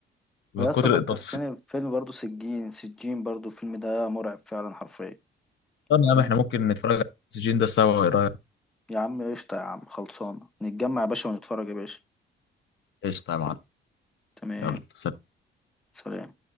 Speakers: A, on the left; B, in the centre.
A: من
B: ويا
A: كتر
B: اسطى فكرتني
A: التص-
B: بفيلم برضه سجين سجين برضه الفيلم ده مرعب فعلا حرفيا
A: طب يا
B: تمام
A: عم احنا ممكن نتفرج على السجين ده سوا ايه رايك
B: يا عم قشطة يا عم خلصانة نتجمع يا باشا ونتفرج يا باشا
A: قشطه يا معلم
B: تمام
A: يلا سلام
B: سلام